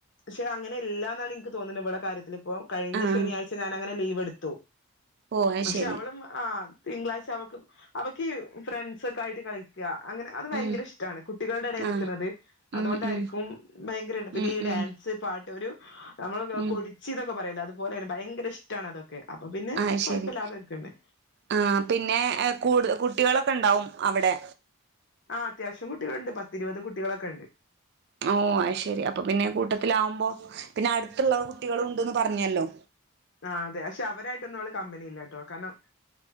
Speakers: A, on the left (about 55°); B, on the right (about 50°).
A: പക്ഷെ അങ്ങനെ ഇല്ലാ എന്നാണ് എനിക്ക് തോന്നുന്നത് ഇവടെ കാര്യത്തില് ഇപ്പോ കഴിഞ്ഞ
B: ആഹ്
A: ശനിയാഴ്ച ഞാൻ അങ്ങനെ ലീവ് എടുത്തു
B: ഓ അത്
A: പക്ഷെ
B: ശരി
A: അവളും ആഹ് തിങ്കളാഴ്ച അവക്ക് അവക്കിഫ്രണ്ട്സക്കെയിട്ട് കളി ക്കാ അങ്ങനെ അത് ഭയങ്കര
B: ഉം
A: ഇഷ്ടമാണ് കുട്ടികളുടെ ഇടയിൽ
B: ആഹ്
A: നിൽക്കുന്നത് അതുകൊണ്ടായിരിക്കും
B: ഉം ഉം
A: ഭയങ്കര ഇൻ പിന്നെ
B: ഉം
A: ഈ ഡാൻസ്
B: ഉം
A: പാട്ട് ഒരു നമ്മള്
B: ഉം
A: കൊതിച്ചി എന്നൊക്കെ പറയലോ അതുപോലെ തന്നെ ഭയങ്കര ഇഷ്ടമാണ് അതൊക്കെ അപ്പൊ പിന്നെ
B: ആഹ് ശരി
A: കുഴപ്പമില്ലാതെ നിക്കണ്ട്
B: ആഹ് പിന്നെ കൂട് കുട്ടികളൊക്കെ ഉണ്ടാവും അവിടെ
A: ആഹ് അത്യാവശ്യം കുട്ടികളുണ്ട് പത്തിരുപത് കുട്ടികളൊക്കെ ഉണ്ട്
B: ഓ അത് ശരി അപ്പൊ പിന്നീകൂട്ടത്തിലാകുമ്പോ പിന്നെ അടുത്തുള്ള കുട്ടികളുണ്ടന്ന് പറഞ്ഞല്ലോ
A: ആഹ് അതെ പക്ഷെ അവരായിട്ടൊന്നും അവള് കമ്പനിയില്ലാട്ടോ കാരണം